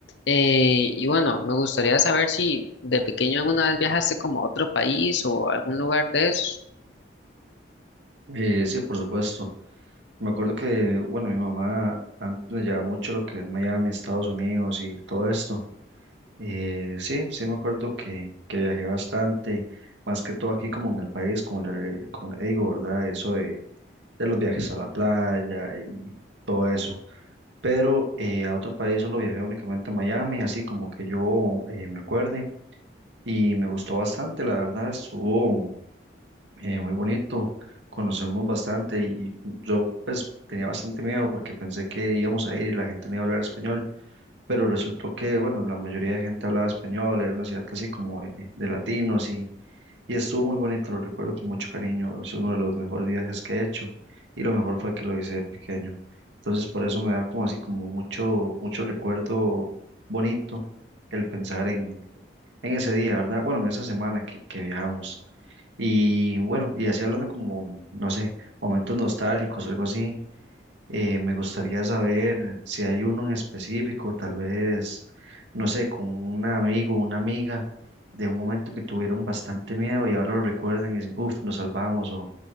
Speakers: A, on the left; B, on the right.
A: Eh, y bueno, me gustaría saber si de pequeño alguna vez viajaste como a otro país o a algún lugar de eso
B: Eh, sí, por supuesto. Me acuerdo que, bueno, mi mamá antes me llevaba mucho lo que es Miami, Estados Unidos y todo esto. Eh, sí, sí me acuerdo que, que viajé bastante, más que todo aquí como en el país, como le, como le digo, ¿verdad? Eso de, de los viajes a la playa y todo eso. Pero eh, a otro país solo viajé únicamente a Miami, así como que yo eh, me acuerde. y me gustó bastante, la verdad, estuvo eh, muy bonito, conocemos bastante y yo pues tenía bastante miedo porque pensé que íbamos a ir y la gente no iba a hablar español, pero resultó que, bueno, la mayoría de gente hablaba español, era una ciudad así como eh, eh, de latinos y, y estuvo muy bonito, lo recuerdo con mucho cariño, es uno de los mejores viajes que he hecho y lo mejor fue que lo hice de pequeño, entonces por eso me da como así como mucho, mucho recuerdo bonito el pensar en en ese día, ¿verdad? Bueno, en esa semana que, que viajamos. Y bueno, y así hablando como, no sé, momentos nostálgicos algo así, eh, me gustaría saber si hay uno en específico, tal vez, no sé, con un amigo, una amiga, de un momento que tuvieron bastante miedo y ahora lo recuerdan y dicen, uff, nos salvamos o